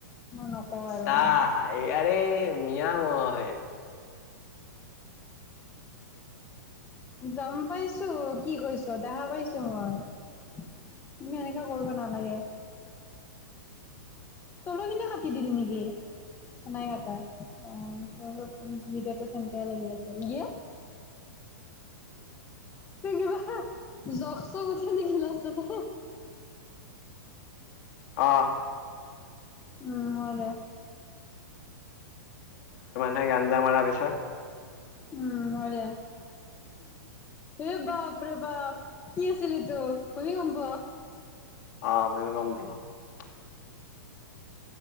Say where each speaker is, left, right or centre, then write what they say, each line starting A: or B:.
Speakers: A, on the left; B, on the left.
A: নকওঁ আৰু
B: চা
A: হয়
B: হাই আৰে, <unintelligible> মই
A: গম পাইছো কি কৰিছ দেখা পাইছো মই কিন্ত এনেকুৱা কৰিব নালাগে তলৰ খিনিও কাটি দিলি নেকি? নাই কটা অ ত বিদটো সেনকাই লাগি আছে ইয়ে তই কিবা জখ চখ উঠি নেকি লাষ্টতে
B: আহ।
A: উম, হয় দে।
B: নাই <unintelligible> মাৰা পিছত
A: উম, হয়দে। এ বাপৰে বাপ কি আছিল এইটো ভূমিকম্প
B: অ প কম্পা <unintelligible>